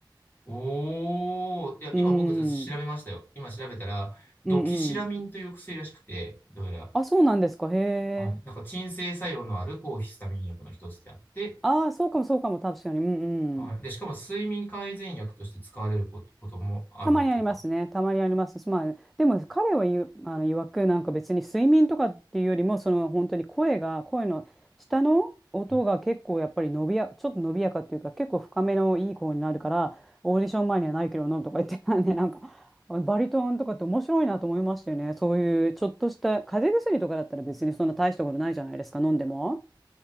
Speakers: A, on the left; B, in the centre.
A: おー、いや、
B: うーん。
A: 今僕ちょっと調べましたよ。今調べたら、ドキシラミンという薬らしくて、
B: うんうん。
A: どうやら、
B: あ、そうなんですか。へえ。
A: はい、なんか鎮静作用のある抗ヒスタミン薬の一つであって、
B: ああ、そうかもそうかも、確かに。うんうん。
A: はい、で、しかも睡眠改善薬として使われることこともあるとか。
B: たまにありますね。たまにあります。まあ、でも彼は言う、あの、曰くなんか別に睡眠とかっていうよりも、その本当に声が、声の下の音が結構やっぱり伸びや、
A: うん
B: ちょっと伸びやかっていうか、結構深めのいい声になるから、オーディション前にはないけど飲むとか言ってたんで、なんか、あバリトンとかって面白いなと思いましたよね。そういうちょっとした風邪薬とかだったら別にそんな大したことないじゃないですか、飲んでも。